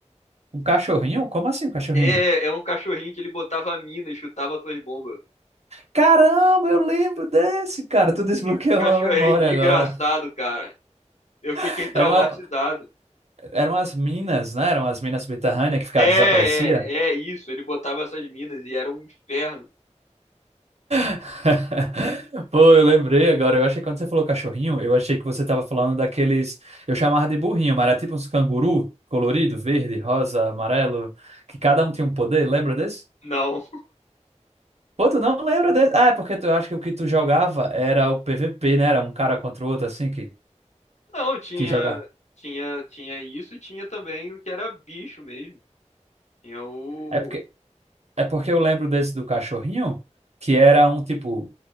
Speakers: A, on the right; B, on the left.
A: Um cachorrinho? Como assim um cachorrinho?
B: É, é um cachorrinho que ele botava mina e chutava tuas bombas.
A: Caramba, eu lembro desse, cara. Tu desbloqueou
B: Que cachorrinho
A: uma memória
B: de
A: agora.
B: engraçado, cara. Eu fiquei
A: <laughs>
B: traumatizado.
A: Era uma, Eram as minas, né? Eram as minas subterrâneas que ficava,
B: É, é,
A: desaparecia.
B: é isso. Ele botava essas minas e era um inferno.
A: <laughs> Pô, eu lembrei agora. Eu achei que quando você falou cachorrinho, eu achei que você tava falando daqueles. Eu chamava de burrinho, mas era tipo uns canguru colorido, verde, rosa, amarelo, que cada um tinha um poder. Lembra desse?
B: Não.
A: Pô, tu não lembra desse? Ah, é porque tu eu acho que o que tu jogava era o PVP, né? Era um cara contra o outro, assim, que,
B: Não, tinha,
A: que joga.
B: tinha, tinha isso e tinha também o que era bicho mesmo. Tinha o.
A: É porque É porque eu lembro desse do cachorrinho, que era um tipo,